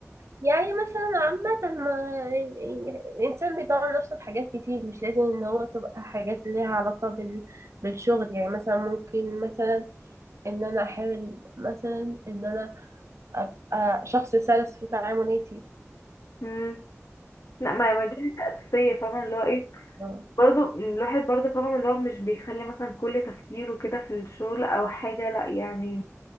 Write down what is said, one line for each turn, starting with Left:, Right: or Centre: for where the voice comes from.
Right: يعني مثلا عامة ما الإنسان بيطور نفسه في حاجات كتير مش لازم إن هو تبقى حاجات ليها علاقة بال... بالشغل يعني مثلا ممكن مثلا إن أنا أحاول مثلا إن أنا أبقى شخص سلس في تعاملاتي
Left: مم. لا ما ما دي حاجة أساسية فاهمة اللي هو ايه
Right: آه.
Left: برضو الواحد برضو فاهمة اللي هو مش بيخلي مثلا كل تفكيره كده في الشغل أو حاجة لا يعني